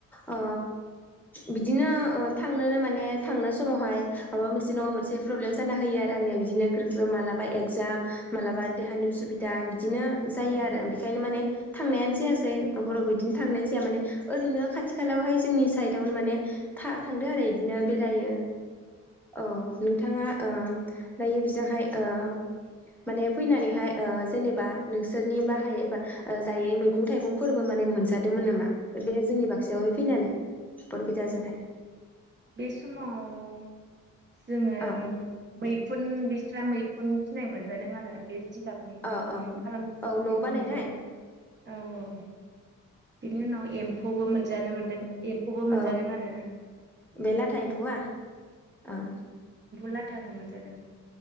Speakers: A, in the centre; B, on the right (about 35°).
A: ओ बिदिनो थांनोनो माने थांनो समावहाय माबा मोनसे नङा मोनसे प्रब्लेम जाना होयो आरो आंनिया बिदिनो खे बेफोरखौ मालाबा एगजाम मालाबा देहानि उसुबि दा बिदिनो जायो
B: औ
A: आरो बेखायनो माने थांनायानो जायासै बर'बो बिदिनो थांनाय जाया माने ओरैनो खाथि खालायावहाय जोंनि साइडआवनो माने था-थांदो आरो बिदिनो बे जायो ओं अ नोंथाङा ओ दायो जोंहाय ओ माने फैनानैहाय ओ जेनेबा नोंसोरनि बाहाय एबा जायै मैगं थाइगंफोरबो माने मोनजा जादोंमोन नामा? बे जोंनि बाग सायाव फैनानै बरपेटाजोंहाय।
B: बि समाव जोङो
A: औ
B: मैखुन बे ग्रा मैखुन फिनाय मोनजादों आरो बे जिगाबनि
A: औ
B: मैखुन
A: औ
B: खालामनाय
A: औ न'
B: बखौ
A: बानायनाय
B: मोनजादों। औ औ, बेनि उनाव एम्फौ खौबो मोनजानो मोन्दों एम्फौबो
A: औ
B: मोनजादों आरो
A: बे लाथा एम्फौआ
B: औ
A: ओं
B: लाथा एम्फौ मोनजादों।